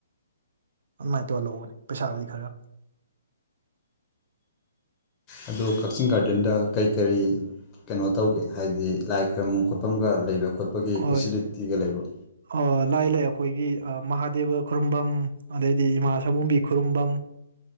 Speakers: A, on the right; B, on the left.
A: ꯑꯗꯨꯃꯥꯏꯅ ꯇꯧꯔ ꯂꯧꯕꯅꯤ ꯄꯩꯁꯥꯕꯨꯗꯤ ꯈꯔ
B: ꯑꯗꯣ ꯀꯛꯆꯤꯡ ꯒꯥꯔꯗꯦꯟꯗ ꯀꯔꯤ-ꯀꯔꯤ ꯀꯩꯅꯣ ꯇꯧꯒꯦ ꯍꯥꯏꯗꯤ ꯂꯥꯏ ꯈꯔꯨꯡꯕꯝ ꯈꯣꯠꯐꯝꯒ ꯂꯩꯕ ꯈꯣꯠꯄꯒꯤ
A: ꯍꯣꯏ
B: ꯐꯦꯁꯤꯂꯤꯇꯤꯒ ꯂꯩꯕ꯭ꯔꯣ
A: ꯑꯥ ꯂꯥꯏ ꯂꯩ ꯑꯩꯈꯣꯏꯒꯤ ꯃꯍꯥ ꯗꯦꯕ ꯈꯨꯔꯨꯝꯕꯝ ꯑꯗꯩꯗꯤ ꯏꯃꯥ ꯁꯝꯕꯨꯕꯤ ꯈꯨꯔꯨꯝꯕꯝ